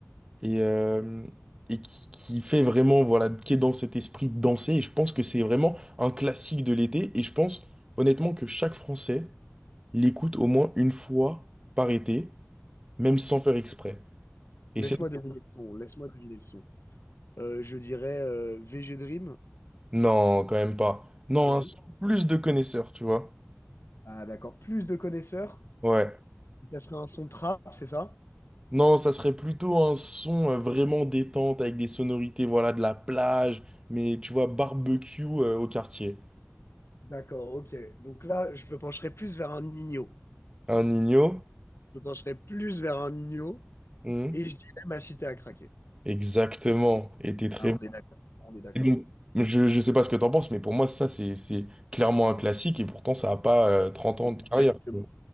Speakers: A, on the right; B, on the left.
A: et, euh, et qui, qui fait vraiment, voilà, qui est dans cet esprit de danser, et je pense que c'est vraiment un classique de l'été, et je pense honnêtement que chaque Français l'écoute au moins une fois par été, même sans faire exprès.
B: Laisse-moi
A: Et c'est...
B: deviner le son. Laisse-moi deviner le son. Euh, je dirais euh, VG Dream.
A: Non, quand même pas. Non,
B: Bisous.
A: un son plus de connaisseurs, tu vois.
B: Ah d'accord. Plus de connaisseurs.
A: Ouais.
B: Ça serait un son trap, c'est ça?
A: Non, ça serait plutôt un son euh, vraiment détente avec des sonorités, voilà, de la plage, mais tu vois, barbecue euh, au quartier.
B: D'accord, ok. Donc là, je me pencherai plus vers un Nino.
A: Un Nino?
B: Je me pencherai plus vers un Nino
A: hmm,
B: et je dirais ma cité à craquer.
A: Exactement. Et t'es très
B: Ah, on
A: bon.
B: est d'accord, on est d'accord.
A: Et donc, je, je sais pas ce que t'en penses, mais pour moi, ça, c'est, c'est clairement un classique et pourtant, ça a pas euh, 30 ans
B: Exactement.
A: de carrière. tu vois.